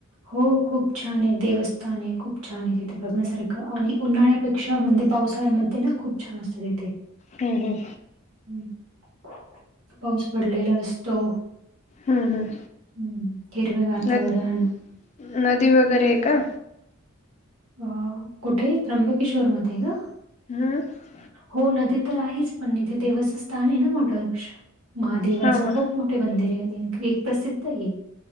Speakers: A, on the right; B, on the left.
A: हो खूप छान आहे देवस्थान आहे, खूप छान आहे तिथे बघण्यासारखं आणि उन्हाळ्या पेक्षा म्हणजे पावसाळ्यामध्ये ना, खूप छान असतं तेथे.
B: हम्म हम्म.
A: हम्म हम्म पाऊस पडलेला असतो.
B: हम्म हम्म
A: हम्म हिरवे वातावरण.
B: नदी नदी वगैरे आहे का?
A: अ कुठे? त्र्यंबकेश्वर मध्ये का?
B: हम्म.
A: हो नदी तर आहेच, पण इथे देवाचं स्थान आहे ना मोठं महादेवाच
B: हा
A: खूप
B: मग
A: खूप मोठे मंदिर आणि एक प्रसिद्ध आहे.